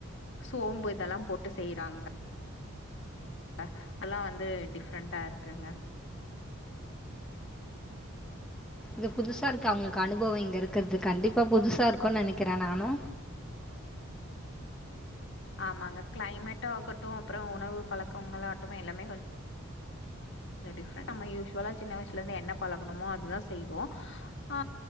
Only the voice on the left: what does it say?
சோம்பு இதெல்லா போட்டு செய்றாங் க அதல்லா வந்து டிஃப்ரெண்ட்டா இருக்குங்க
ஆமாங்க கிளைமேட் ஆகட்டு அப்புற உணவு பழக்கங்கள ஆகட்டு எல்லாமே கொஞ்ச கொஞ்ச டிஃப்ரெண்ட் நம்ம‌ யூஸ்வுலா சின்ன வயசுல இருந்து என்ன பழகுனமோ அதுதா செய்வோ ஆ